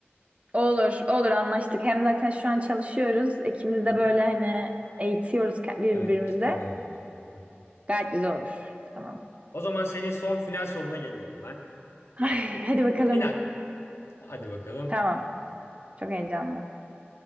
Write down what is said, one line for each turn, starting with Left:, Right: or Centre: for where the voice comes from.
Right: Olur, olur anlaştık. Hem zaten şu an çalışıyoruz. İkimiz
Left: Hı
Right: de
Left: hı.
Right: böyle hani eğitiyoruz ke- birbirimizi.
Left: Evet cidden öyle ya. Hı hı.
Right: Gayet güzel olur. Tamam.
Left: O zaman senin son final soruna geliyorum ben.
Right: Ay,
Left: Bak bu
Right: hadi bakalım.
Left: final. Hadi bakalım.
Right: Tamam. Çok heyecanlı.